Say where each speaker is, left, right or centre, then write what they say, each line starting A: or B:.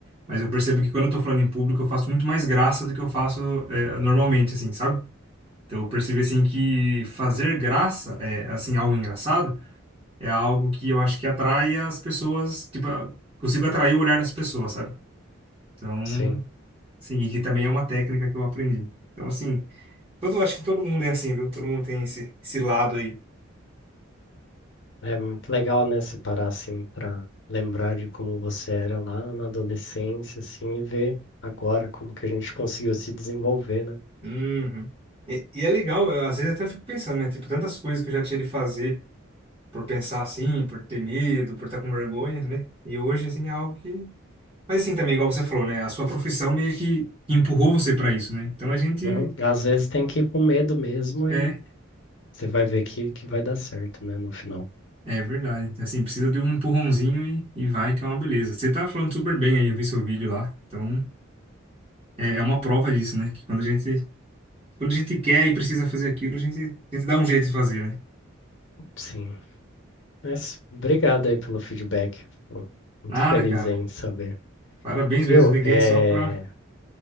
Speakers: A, on the right; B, on the left.
A: Mas eu percebo que quando eu tô falando em público, eu faço muito mais graça do que eu faço é, normalmente, assim, sabe? Então eu percebi, assim, que fazer graça, é, assim, algo engraçado, é algo que eu acho que atrai as pessoas, tipo, ah, consigo atrair o olhar das pessoas, sabe? Então,
B: Sim,
A: sim, e que também é uma técnica que eu aprendi. Então, assim, todo, acho que todo mundo é assim, viu? Todo mundo tem esse, esse lado aí.
B: é muito legal, né, separar assim para lembrar de como você era lá na adolescência, assim, e ver agora como que a gente conseguiu se desenvolver, né?
A: Uhum. E, e é legal, eu, às vezes até fico pensando, né? Tipo, tantas coisas que eu já tive de fazer por pensar assim, por ter medo, por estar com vergonha, né? E hoje, assim, é algo que. Mas assim também, igual você falou, né? A sua profissão meio que empurrou você pra isso, né? Então a gente.
B: Uhum. Às vezes tem que ir com medo mesmo
A: É,
B: e você vai ver que, que vai dar certo, né, no final.
A: é verdade. Assim, precisa de um empurrãozinho e, e vai, que é uma beleza. Você tá falando super bem aí, eu vi seu vídeo lá. Então, é, é uma prova disso, né? Que quando a gente, quando a gente quer e precisa fazer aquilo, a gente, a gente dá um jeito de fazer, né?
B: Sim. Mas obrigado aí pelo feedback. Fico muito
A: Nada,
B: feliz
A: cara.
B: aí em saber.
A: Parabéns
B: Viu?
A: mesmo, liguei
B: É,
A: só pra.